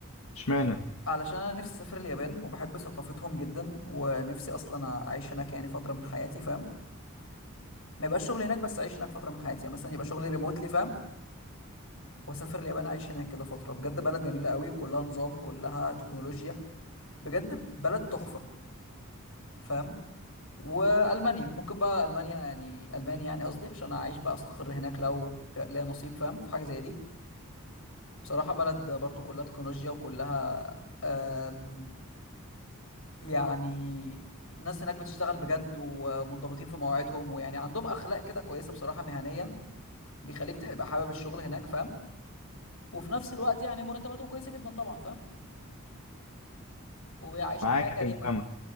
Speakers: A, on the left (about 80°); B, on the left (about 70°).
A: اشمعنى
B: علشان انا نفسي اسافر اليابان وبحب ثقافتهم جدا ونفسي اصلا اعيش هناك يعني فتره من حياتي فاهم ما يبقاش شغلي هناك بس اعيش هناك فتره من حياتي يعني مثلا يبقى شغلي ريموتلي فاهم واسافر اليابان اعيش هناك كده فتره بجد بلد جميله قوي كلها نظام كلها تكنولوجيا بجد بلد تحفه فاهم والمانيا ممكن بقى المانيا يعني المانيا يعني قصدي عشان اعيش بقى استقر هناك لو ف- ليا نصيب فاهم في حاجه زي دي بصراحه بلد برضو كلها تكنولوجيا وكلها آم، يعني الناس هناك بتشتغل بجد ومنضبطين في مواعيدهم ويعني عندهم اخلاق كده كويسه بصراحه مهنيا بيخليك تبقى حابب الشغل هناك فاهم وفي نفس الوقت يعني مرتباتهم كويسه جدا طبعا فاهم وبيعيشوك
A: معاك
B: حياه كريمه
A: ايوه فاهمك